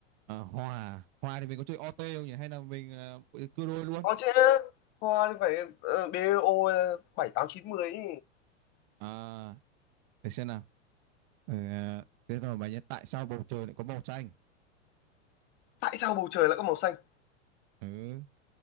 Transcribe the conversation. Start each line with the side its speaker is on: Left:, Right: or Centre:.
Right: à, hòa hòa thì mình có chơi OT không nhỉ hay là mình uh, cưa đôi luôn
Left: có chứ hoa thì phải ờ, DO bảy tám chín mười ý.
Right: à để xem nào Ừ, à, thế rồi mà nhớ tại sao bầu trời lại có màu xanh?
Left: tại sao bầu trời lại có màu xanh
Right: Ừ,